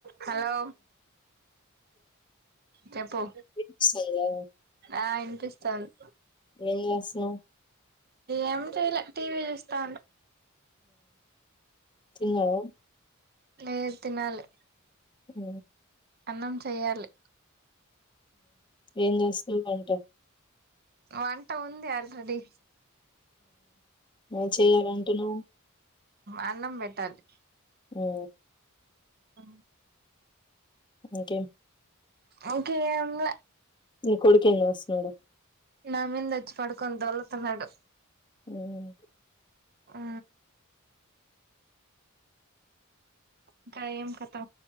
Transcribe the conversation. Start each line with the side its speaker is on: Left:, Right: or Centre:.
Right: Hello చెపు
Left: వినిపిస్తుందా
Right: ఆ ఇనిపిస్తాంది
Left: ఏం చేస్తున్నావ్
Right: ఏమి చెల్ల టీవీ చూస్తా ఉం
Left: తిన్నావా
Right: లేే తి నాలి
Left: అ
Right: అన్నం చెయ్యాలి
Left: ఏం చేస్తావు వంట
Right: వంట ఉంది ఆల్రెడీ
Left: ఉ చేయల అంటున్నావ్
Right: అన్నం పెట్టాలి
Left: ఉ
Right: అ
Left: ఇంకే
Right: ఇంకేం లే
Left: నీ కొడుకు ఏం చేస్తునాడు
Right: నామీద వచ్చ పడుకొని ధోలతునాడు
Left: మ్మ్
Right: ఆ ఇంకా ఏం కతా